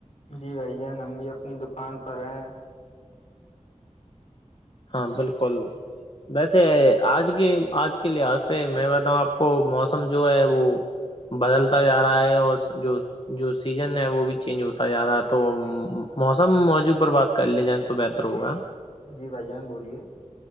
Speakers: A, on the left; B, on the left.
A: جی بھائی جان ہم بھی اپنی دکان پر ہیں
B: ہاں بالکل ویسے آج کی آج اس کے لحاظ سے میں بتا ہوں آپ کو موسم جو ہے وہ بدلتا جا رہا ہے اور جو جو سیزن ہے وہ بھی چینج ہوتا جا رہا ہے تو موسم موجو پر بات کر لے جائیں تو بہتر ہوگا
A: جی بھائی جان بولیے